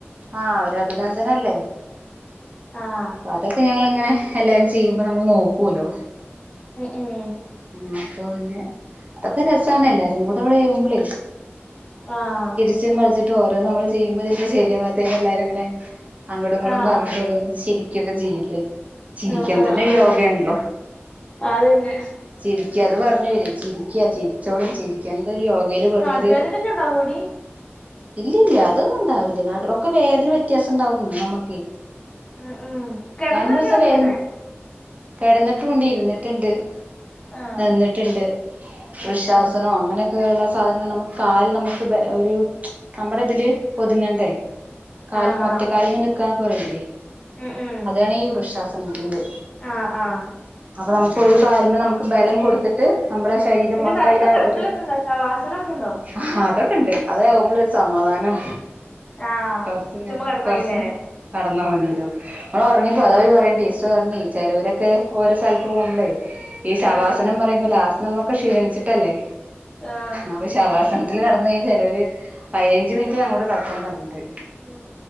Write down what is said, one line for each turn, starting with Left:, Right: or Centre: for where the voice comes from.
Right: ആഹ് ഒ അഭിനന്ദനല്ലേ
Left: ആഹ്
Right: അതൊക്കെ ഞങ്ങളിങ്ങനെ എല്ലാരും ചെയ്യുമ്പോ നമ്മൾ നോക്കൂല്ലോ
Left: ഉം ഉം
Right: ആഹ് അപ്പൊ പിന്നെ അതൊക്കെ രസമാണ് എല്ലാരും കൂടെ അവിടെമ്പളി
Left: ആഹ്
Right: ച്ചും കളിച്ചിട്ട് ഓരോ നമ്മള് ചെയ്യുമ്പോ ചിലപ്പോ ശരിയാവാത്തേന് എല്ലാരുംങ്ങനെ അങ്ങോടും ഇങ്ങോടും
Left: ആഹ്
Right: പറഞ്ഞിട്ട് ഓരോന്ന് ചിരിക്ക ഒക്കെ ചെയ്യുലെ ചിരിക്കൻ
Left: ആഹ് ആഹ്
Right: തന്നെ
Left: ആഹ്
Right: യോഗല്ലോ
Left: അതന്നെ
Right: ചിരിക്ക അത് പറഞ്ഞു വരും ചിരി ക്ക്യ ചിരിച്ചോടും ചിരിക്കന്തരു യോഗയില് പർഞ്ഞൊര്.
Left: നടുവേദനൊക്കെ ഉണ്ടാവോടി
Right: ഇല്ലില്ല അതൊന്നും ഉണ്ടാവില്ല നടു ഒക്കെ വേദന വ്യത്യാസം ഉണ്ടാവുന്നു നമ്മക്ക്
Left: ഉം ഉം കിടന്നൊക്കെയാണോ
Right: രണ്ടു ദിവസം വേദനി
Left: ചെയ്യണേ
Right: കിടന്നിട്ടുംണ്ട് ഇരുന്നിട്ടുണ്ട്
Left: ആഹ്
Right: നിന്നിട്ടുണ്ട്
Left: ഉം
Right: റിഷ
Left: ഉം
Right: സനോ അങ്ങനെയൊക്കെയ ഉള്ള സാധനങ്ങൾ നമുക്ക് കാല് നമുക്ക് ബ ഒരു നമ്മുടെ ഇതില് ഒതുങ്ങണ്ടേ കാൽ
Left: ആഹ്
Right: ഒറ്റക്കാലി
Left: ആഹ്
Right: നിക്കാന്നൊക്കെ പറയില്ലേ
Left: ഉം ഉം
Right: അതാണ് ഈ വൃക്ഷാശനത്തിന്റെ
Left: ആഹ് ആഹ്
Right: അപ്പൊ നമുക്ക് ഒര് കാലുമ്മേ നമുക്ക് ബലം കൊടുത്തിട്ട് നമ്മുടെ ശരീരം
Left: പിന്നെ
Right: മൊത്തയ്ലാ
Left: വെറുതെ കിടക്കലൊക്കെ
Right: ഒരു
Left: ഉണ്ടോ ശവാസന ഒക്കെ ഉണ്ടോ
Right: ആ അതൊക്കെ ഉണ്ട് അത് നമ്മൾ സമാധാനം
Left: ആഹ്
Right: കൊറച്ചന്
Left: ചുമ്മാ കിടന്നായില്ലേ
Right: കൊറച്ചന് കടന്നാൽ മതിയല്ലോ നമ്മള് ഉറങ്ങിപ്പോ അതാഴി പറയേണ്ട ചിലവരൊക്കെ ഓരോ സ്ഥലത്ത് പോകുമ്പളേ ഈ ശവാസനം
Left: ആഹ്
Right: പറയുമ്പോ ലാ നമ്മുക്ക് ക്ഷീണിച്ചിട്ടല്ലേ
Left: ആഹ്
Right: ആവശ്യ ശവാസനത്തില് കടന്ന കഴിഞ്ഞാ ചിലര് ഒരു പതിനഞ്ച് മിനിറ്റ് ഞങ്ങോട് കിടക്കാൻ പറഞ്ഞിത്
Left: ഉം.